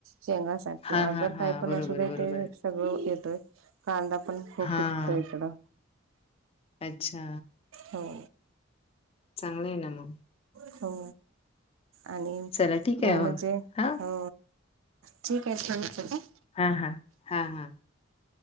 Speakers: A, on the right; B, on the left.
A: शेंगा
B: हां
A: अदर
B: हां हां.
A: काही पण
B: बरोबर
A: असू दे
B: बरोबर.
A: ते सगळं येतोय, कांदा पण खूप
B: हां.
A: पिकतोय इकडं
B: अच्छा.
A: हो.
B: चांगलं आहे ना मग
A: हो आणि
B: चला ठीक
A: मेन
B: आहे मग.
A: म्हणजे
B: हां.
A: हो ठीक आहे. <unintelligible>
B: हा हा हा हा.